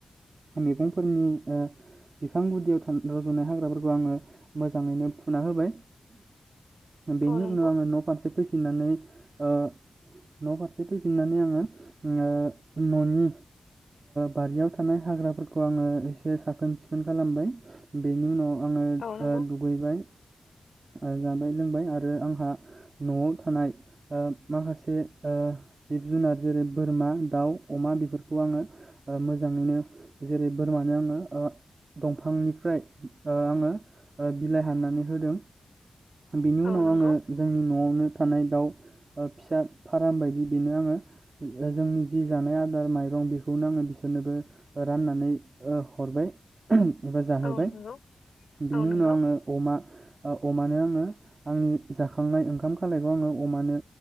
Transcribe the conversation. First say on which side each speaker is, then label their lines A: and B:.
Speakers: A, on the right; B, on the left.
A: मेगंफोरनि ओ बिफां गुदियाव था <unintelligible> रज'नाय हाग्राफोरखौ आङो मोजाङैनो फुना होबाय। बेनि
B: औ नंगौ
A: उनाव आङो नफारसे फैफि फैफिननानै ओ न' फारसे फैफिननानै आङो ओ न'नि बारियाव थानाय हाग्राफोरखौ आङो एसे साखोन सिखोन खालामबाय। बेनि उनाव आङो ओ,
B: औ नंगौ।
A: दुगैबाय ओ जाबाय लोंबाय आरो आंहा न'आव थानाय ओ माखासे ओ जिब जुनार जेरै बोरमा दाउ अमा बेफोरखौ आङो ओ मोजाङैनो जेरै बोरमानो आङो ओ दंफांनिफ्राय ओ आङो बिलाइ हाननानै होदों। बिनि
B: औ
A: उनाव
B: नंगौ
A: आङो जोंनि न'आवनो थानाय दाउ ओ फिसा फाराम बायदि बेनो आङो ओ जोंनि जि जानाय आदार माइरं बेखौनो आङो बिसोरनोबो ओ राननानै ओ हरबाय। एबा जाहोबाय।
B: औ नंगौ
A: बिनि
B: औ नंगौ
A: उनाव आङो अमा अमानो आङो आंनि जाखांनाय ओंखाम खालायखौ आङो अमानो